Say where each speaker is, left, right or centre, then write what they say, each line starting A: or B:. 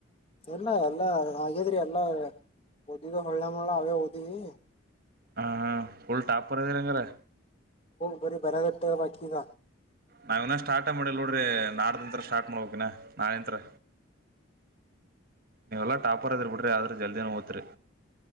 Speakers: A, on the left; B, on the right.
A: ಇಲ್ಲ ಎಲ್ಲಾ ಆಗೇದ್ರಿ ಎಲ್ಲಾ ಓದಿದ ಹೊಳ್ಳೆ ಮಳ ಅವೇ ಓದಿವಿ
B: ಹ ಹಾ ಫುಲ್ ಟಾಪರ್ ಅದಿರ್ ಅಂಗಾರೆ
A: ಬರ ಬರ ದಟ್ಟ ಬಟಕಗ
B: ನಾವ ಇನ ಸ್ಟಾರ್ಟ ಮಾಡಿಲ್ಲ ನೋಡ್ರಿ ನಾಡ್ದಂತ್ರ ಸ್ಟಾರ್ಟ್ ಮಾಡ್ಬೇಕಕ್ಿನ ನಾಳೆಂತ್ರ ನೀವೆಲ್ಲಟಾಪರ್ ಎದಿರ್ ಬಿಡ್ರಿ ಆದ್ರ ಜಲ್ದಿನ ಓದ್ತಿರಿ